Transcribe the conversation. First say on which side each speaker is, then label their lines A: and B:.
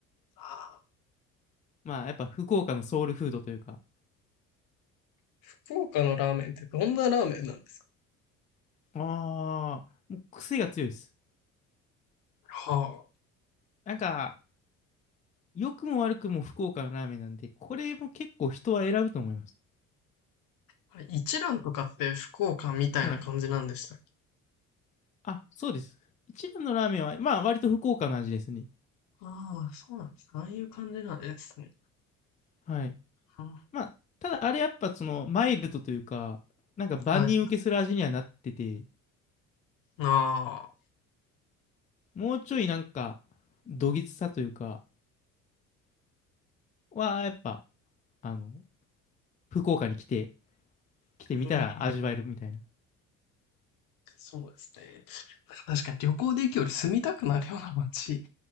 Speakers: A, on the left; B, on the left.
A: あー
B: まあ、やっぱ福岡のソウルフードというか。
A: 福岡のラーメンってどんなラーメンなんですか
B: ああ、もう癖が強いです。
A: は
B: なんか、良くも悪くも福岡のラーメンなんで、これも結構人は選ぶと思います。
A: あ。あれ、一蘭とかって福岡みたいな感じなんでしたっけ
B: はい。あ、そうです。一蘭のラーメンは、まあ、割と福岡の味ですね。
A: ああ、そうなんです。ああいう感じなんですね。
B: はい。
A: うん、
B: まあ、ただあれやっぱその、マイルドというか、なんか万人受けする味にはなってて、
A: はい。あ
B: もうちょいなんか、どぎつさというか、は、やっぱ、あの、福岡に来て、来てみたら味わえるみたいな。
A: あ、見てみたそうですね。なんか確かに旅行で行くより住みたくなるような街